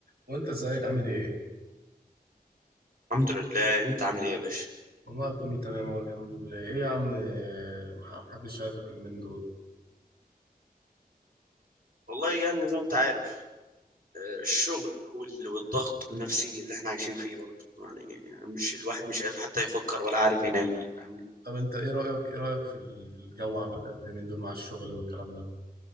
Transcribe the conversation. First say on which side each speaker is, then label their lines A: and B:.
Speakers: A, on the right (about 80°); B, on the right (about 60°).
A: وانت ازيك عامل ايه؟
B: الحمد لله انت عامل ايه يا باشا
A: والله كله تمام اهو الحمد لله ايه يا عم ما حدش شايفك اليومين دول
B: والله يعني زي ما انت عارف آه، الشغل وال- والضغط النفسي اللي احنا عايشين فيه برضه يعني مش الواحد مش قادر حتى يفكر ولا عارف ينام فاهمني
A: طب انت ايه رأيك ايه رأيك في ال- في الجو عامة في اليومين دول مع الشغل والكلام ده؟